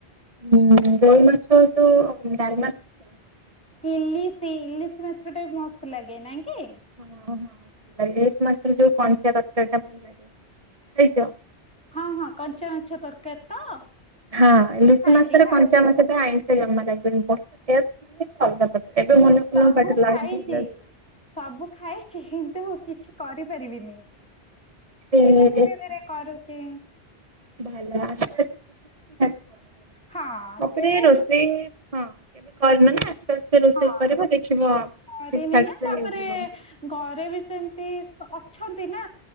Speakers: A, on the right; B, in the centre.
A: ହଁ ରୋଇ ମାଛ ଯୋଉ ଡାଲମା ଖାଇଛ?
B: ଇଲିଶି ଇଲିଶି ମାଛ ଟା ମସ୍ତ ଲାଗେ ନା କି?
A: ଓଁ ହଁ ଭଲ ଲାଗେ ଏଶ ମାଛରେ ଯୋଉ କଞ୍ଚା ତରକାରିଟା ଭଲ ଲାଗେ ଖାଇଛ?
B: ହଁ ହଁ କଞ୍ଚା ମାଛ ତରକାରୀ ତ?
A: ହଁ ଇଲିଶି
B: ଖାଇଛି
A: ମାସରେ
B: ଖାଇଛି
A: କଞ୍ଚା ମାସ ପାଇଁ ଆଇଁଷ ଜମା ଲାଗିବନି ବ। ଏବେ ମନେପଡ଼ିଗଲା
B: ସବୁ
A: ପାଟିରୁ ଲାଳ
B: ଖାଇଛି।
A: ବହାରିଯାଉଛି।
B: ସବୁ ଖାଇଛି କିନ୍ତୁ କିଛି କରିପାରିବିନି।
A: ଏଇରେ
B: ଏବେ ଧୀରେ ଧୀରେ କରୁଛି।
A: ଭଲ ଆସ୍ତେ ଆସ୍ତେ ନିହାତି କିବ
B: ହଁ
A: ତାପରେ
B: କେବେ
A: ରୋଷେଇ ହଁ। ଏବେ କରିନ ନା ଆସ୍ତେ ଆସ୍ତେ ରୋଷେଇ
B: ହଁ।
A: କରିବ ଦେଖିବ ଠିକ
B: କରିନି
A: ଠାକ
B: ନା
A: ସେ
B: ତାପରେ
A: ହେଇଯିବ।
B: ଘରେ ବି ସେମିତି ଅଛନ୍ତି ନା